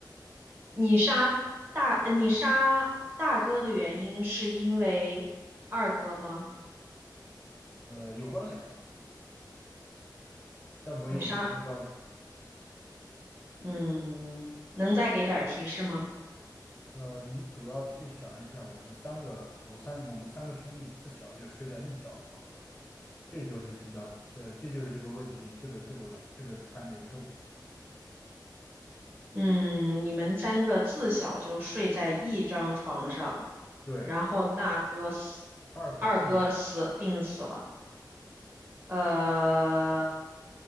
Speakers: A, on the right; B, on the left.
A: 你杀大，呃你杀大哥的原因是因为二哥吗？
B: 呃，有关联，但没有直接关联。
A: 你杀，嗯，能再给点儿提示吗？
B: 呃，你主要去想一想，我们三个，我三，我们三个兄弟自小就睡在一张床上，这就是比较，这这就是这个问题，这个这个这个猜谜的重点。
A: 嗯，你们三个自小就睡在一张床上，
B: 对，
A: 然后大哥死，
B: 二哥病死，
A: 二哥死，病死了。呃，